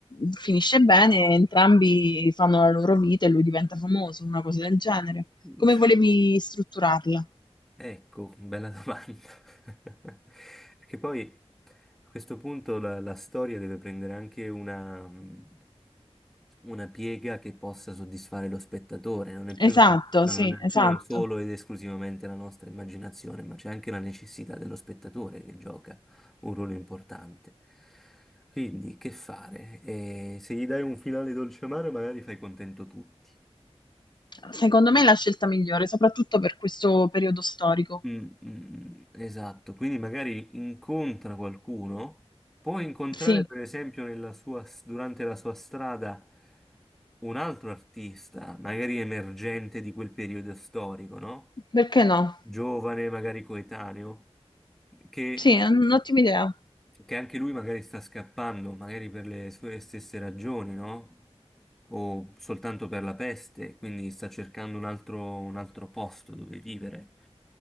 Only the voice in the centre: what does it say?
mm.
Ecco, bella domanda. <laughs> Perché poi a questo punto la, la storia deve prendere anche una, mm, una piega che possa soddisfare lo spettatore, non è più
la- no,
non è
più la- solo ed esclusivamente la nostra immaginazione, ma c'è anche la necessità dello spettatore che gioca un ruolo importante. Quindi, che fare? Eh, se gli dai un finale dolce amaro, magari fai contento tutti.
Mm, mm, mm. esatto, quindi magari incontra qualcuno, può incontrare
per esempio nella sua, durante la sua strada un altro artista, magari emergente di quel periodo storico, no?
Giovane, magari coetaneo, che,
che anche lui magari sta scappando, magari per le sue stesse ragioni, no? O soltanto per la peste, quindi sta cercando un altro, un altro posto dove vivere.